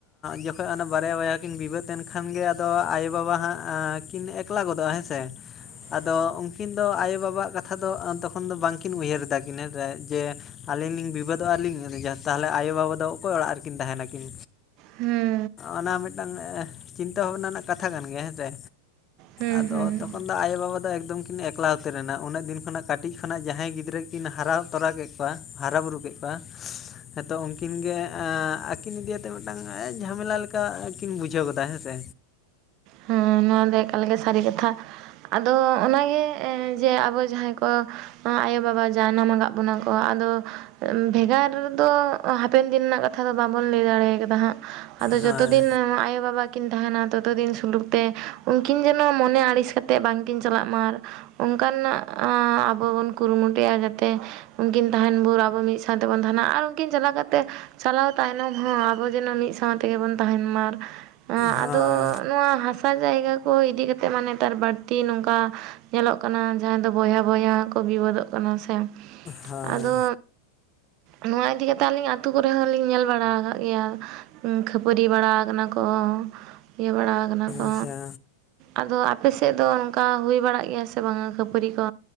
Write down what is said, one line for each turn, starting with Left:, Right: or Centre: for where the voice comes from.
Left: ᱡᱚᱠᱷᱚᱡ ᱚᱱᱮ ᱵᱟᱨᱭᱟ ᱵᱚᱭᱦᱟ ᱠᱤᱱ ᱵᱤᱵᱟᱹᱛ ᱮᱱ ᱠᱷᱟᱱ ᱜᱮ ᱾ᱟᱫᱚ ᱟᱭᱳ, ᱵᱟᱵᱟ ᱦᱟᱸᱜ ᱠᱤᱱ ᱮᱠᱞᱟ ᱜᱚᱫᱚᱜᱼᱟ᱾ ᱦᱮᱸ ᱥᱮ
Right: ᱦ <inaudible>
Left: ᱟᱫᱚ ᱩᱱᱠᱤᱱ ᱫᱚ ᱟᱭᱳᱼᱵᱟᱵᱟ ᱟᱜ ᱠᱟᱛᱷᱟ ᱫᱚ᱾ ᱛᱚᱠᱷᱚᱱ ᱫᱚ ᱵᱟᱝ ᱠᱤᱱ ᱩᱭᱦᱟᱹᱨ ᱫᱟᱠᱤᱱ᱾ ᱦᱮᱸᱥᱮ ᱡᱮ ᱟᱹᱞᱤᱧ ᱞᱤᱧ ᱵᱤᱵᱟᱹᱫᱚᱜᱼᱟ᱾ ᱟᱹᱞᱤᱧ ᱵᱩᱡᱟ ᱛᱟᱦᱚᱞᱮ ᱟᱭᱳ ᱵᱟᱵᱟ ᱫᱚ ᱚᱠᱚᱭ ᱚᱲᱟᱜ ᱨᱮ ᱠᱤᱱ ᱛᱟᱦᱮᱸᱱᱟᱠᱤᱱ
Right: ᱦᱩᱸ
Left: ᱚᱱᱟ ᱢᱤᱫ ᱴᱟᱹᱝ ᱪᱤᱱᱛᱟᱹ ᱵᱷᱟᱵᱱᱟ ᱨᱮᱱᱟ-ᱜ ᱠᱟᱛᱷᱟ ᱠᱟᱱ ᱜᱮᱭᱟ᱾ ᱦᱮᱸᱥᱮ
Right: ᱦᱩᱸ
Left: ᱟᱫᱚ
Right: ᱦᱩᱸ
Left: ᱛᱚᱠᱷᱚᱱ᱾ ᱫᱚ ᱟᱭᱚ, ᱵᱟᱵᱟ ᱫᱚ ᱮᱠᱫᱚᱢ ᱠᱤᱱ ᱮᱠᱞᱟ ᱩᱛᱟᱹᱨ ᱮᱱᱟ᱾ ᱩᱱᱟᱹᱜ ᱫᱤᱱ ᱠᱷᱚᱱᱟ-ᱜ ᱠᱟᱹᱴᱤᱡ ᱠᱷᱱᱟᱜ ᱡᱟᱦᱟᱸᱭ ᱜᱤᱫᱽᱨᱟᱹ᱾ ᱜᱤᱫᱽᱨᱟᱹ ᱠᱤᱱ ᱦᱟᱨᱟ ᱛᱚᱨᱟ ᱠᱮᱫ ᱠᱚᱣᱟ᱾ ᱦᱟᱨᱟ ᱵᱩᱨᱩ ᱠᱮᱫ ᱠᱚᱣᱟ᱾ ᱦᱮᱸᱛᱚᱜ ᱩᱱᱠᱤᱱ ᱜᱮ ᱩᱱᱠᱤᱱ ᱤᱫᱤᱭᱟᱛᱮ ᱢᱤᱫ ᱴᱟᱝ ᱡᱷᱟᱢᱮᱞᱟ ᱾ᱞᱮᱠᱟ ᱠᱤᱱ ᱵᱩᱡᱷᱟᱹᱣ ᱜᱚᱫᱟ᱾ ᱦᱮᱸ ᱥᱮ
Right: ᱦᱮᱸ ᱱᱚᱣᱟ ᱫᱚ ᱮᱠᱟᱞ ᱜᱮ ᱥᱟᱹᱨᱤ ᱠᱟᱛᱷᱟ᱾ ᱟᱫᱚ ᱚᱱᱟ ᱜᱮ ᱮᱸ ᱡᱮ ᱟᱵᱚ ᱡᱟᱦᱟᱸᱭ ᱠᱚ᱾ ᱟᱭᱳ, ᱵᱟᱵᱟ ᱡᱟᱱᱟᱢ ᱟᱠᱟᱜ ᱵᱚᱱᱟ ᱠᱚ᱾ ᱟᱫᱚ ᱵᱷᱮᱜᱟᱨ ᱫᱚ᱾ ᱦᱟᱯᱮᱱ ᱫᱤᱱ ᱨᱮᱱᱟ-ᱜ ᱠᱟᱛᱷᱟ ᱫᱚ᱾ ᱵᱟᱵᱚᱱ ᱞᱟᱹᱭ ᱫᱟᱲᱮᱸ ᱠᱟᱫᱟ᱾ ᱦᱟᱸᱜ ᱟᱫᱚ ᱡᱚᱛᱚ
Left: ᱦᱳᱭ
Right: ᱫᱤᱱ ᱟᱭᱳ, ᱵᱟᱵᱟ ᱠᱤᱱ ᱛᱟᱦᱮᱸᱱᱟ᱾ ᱛᱚᱛᱚ ᱫᱤᱱ ᱥᱩᱞᱩᱠ ᱛᱮ ᱩᱱᱠᱤᱱ ᱡᱮᱱᱚ ᱢᱚᱱᱮ ᱟᱹᱲᱤᱸᱥ ᱠᱟᱛᱮᱜ᱾ ᱵᱟᱝ ᱠᱤᱱ ᱪᱟᱞᱟᱜ ᱢᱟ᱾ ᱚᱱᱠᱟᱱᱟ-ᱜ ᱟᱵᱚ ᱵᱚᱱ ᱠᱩᱨᱩ ᱢᱩᱴᱩᱼᱭᱟ᱾ ᱡᱟᱛᱮ ᱩᱱᱠᱤᱱ ᱛᱟᱦᱮᱸᱱ ᱵᱷᱽᱳᱨ ᱟᱵᱚ ᱢᱤᱫ ᱥᱟᱶ ᱛᱮᱵᱚᱱ ᱛᱟᱦᱮᱸᱱᱟ ᱾ ᱟᱨ ᱩᱱᱠᱤᱱ ᱪᱟᱞᱟᱣ ᱠᱟᱛᱮ ᱪᱟᱞᱟᱣ ᱛᱟᱭᱱᱚᱢ ᱦᱚᱸ ᱟᱵᱚ ᱡᱮᱱᱚ, ᱢᱤᱫ ᱥᱟᱶ ᱛᱮᱜᱮ ᱵᱚᱱ ᱛᱟᱦᱮᱸᱱ ᱢᱟ᱾
Left: ᱦᱳᱭ
Right: ᱟᱫᱚ ᱱᱚᱣᱟ ᱦᱟᱥᱟ ᱡᱟᱭᱜᱟ ᱠᱚ᱾ ᱤᱫᱤ ᱠᱟᱛᱮᱫ ᱢᱟ ᱾ᱱᱮᱛᱟᱨ ᱵᱟᱹᱲᱛᱤ ᱱᱚᱝᱠᱟ᱾ ᱧᱮᱞᱚᱜ ᱠᱟᱱᱟ᱾ ᱡᱟᱦᱟᱸᱭ ᱫᱚ ᱵᱚᱭᱦᱟ - ᱵᱚᱭᱦᱟ ᱦᱚᱸᱠᱚ ᱵᱤᱵᱟᱹᱫᱚᱜ ᱠᱟᱱᱟ ᱾ ᱥᱮ
Left: ᱦᱳᱭ
Right: ᱟᱫᱚ ᱱᱚᱣᱟ ᱤᱫᱤ ᱠᱟᱛᱮ, ᱟᱹᱞᱤᱧ ᱟᱹᱛᱩ ᱠᱚᱨᱮ ᱦᱚᱸᱞᱤᱧ ᱧᱮᱞ ᱵᱟᱲᱟ ᱠᱟᱜ ᱜᱮᱭᱟ᱾ ᱠᱷᱟᱹᱯᱟᱹᱨᱤ ᱵᱟᱲᱟᱣ ᱠᱟᱱᱟ ᱠᱚ ᱾ ᱤᱭᱟᱹ ᱵᱟᱲᱟᱣ ᱠᱟᱱᱟ ᱠᱚ᱾
Left: ᱟᱪᱪᱷᱟ
Right: ᱟᱫᱚ ᱟᱯᱮ ᱥᱮᱫ ᱫᱚ ᱾ ᱚᱱᱠᱟ ᱦᱩᱭ ᱵᱟᱲᱟᱜ ᱜᱮᱭᱟ ᱥᱮ ᱵᱟᱝᱟ᱾ ᱠᱷᱟᱹᱯᱟᱹᱨᱤ ᱠᱚ